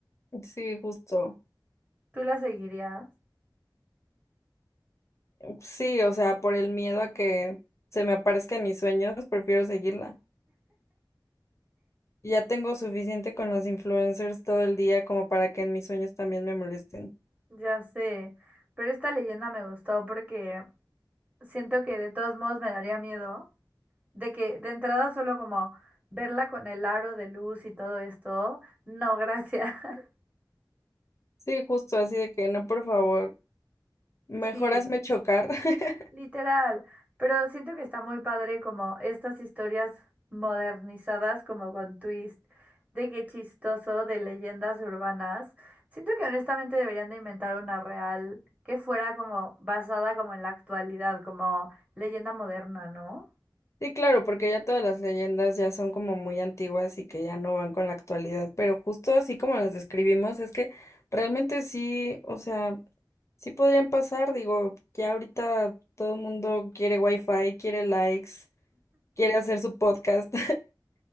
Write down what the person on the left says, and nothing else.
Sí, justo.
Sí, o sea, por el miedo a que se me aparezca en mis sueños, prefiero seguirla. Ya tengo suficiente con los influencers todo el día como para que en mis sueños también me molesten.
Sí, justo, así de que no, por favor, mejor
hazme chocar. <laughs>
Sí, claro, porque ya todas las leyendas ya son como muy antiguas y que ya no van con la actualidad, pero justo así como las describimos, es que realmente sí, o sea... Sí podrían pasar, digo, ya ahorita todo el mundo quiere wifi, quiere likes, quiere hacer su podcast.